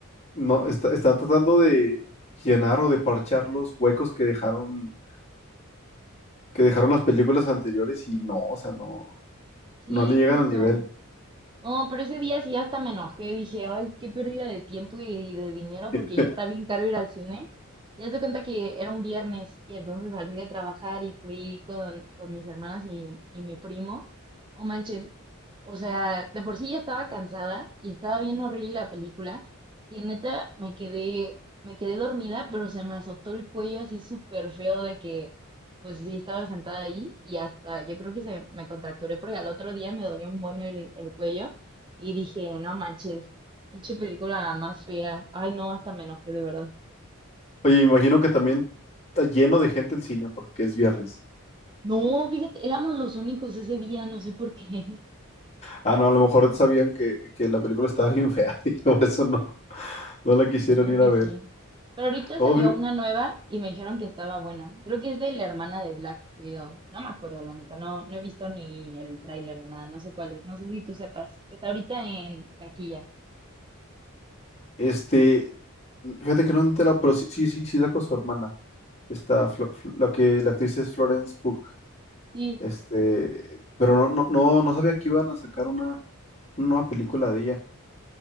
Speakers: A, on the left; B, on the right.
A: no está, están tratando de llenar o de parchar los huecos que dejaron, que dejaron las películas anteriores y no, o sea, no,
B: Sí,
A: no le llegan
B: justo.
A: al nivel.
B: No, pero ese día sí hasta me enojé, dije, ay, qué pérdida de tiempo y de dinero
A: <laughs>
B: porque ya está bien caro ir al cine. Y haz de cuenta que era un viernes y entonces salí de trabajar y fui con, con mis hermanas y, y mi primo. Oh, manches, o sea, de por sí ya estaba cansada y estaba bien horrible la película, que neta me quedé, me quedé dormida, pero se me azotó el cuello así súper feo de que pues sí, estaba sentada ahí y hasta yo creo que se me contracturé porque al otro día me dolió un buen el, el cuello y dije, no manches, pinche película la más fea. Ay, no, hasta me enojé de verdad.
A: Oye, imagino que también está lleno de gente el cine porque es viernes.
B: No, fíjate, éramos los únicos ese día, no sé por qué.
A: Ah, no, a lo mejor sabían que, que la película estaba bien fea <laughs> y por eso no, no
B: <laughs>
A: la quisieron
B: Yo creo
A: ir
B: que
A: a ver.
B: sí. Pero ahorita
A: No,
B: salió
A: fí-
B: una nueva y me dijeron que estaba buena. Creo que es de la hermana de Black Widow. No me acuerdo, la neta. No, no he visto ni el tráiler ni nada. No sé cuál es. No sé si tú sepas. Está ahorita en taquilla.
A: Este, fíjate que no entera, pero sí, sí, sí, sí sacó su hermana. Esta, Flo- Flo- la que, la actriz es Florence Pugh.
B: Sí,
A: Este, pero no, no, no, no sabía que iban a sacar una, una nueva película de ella.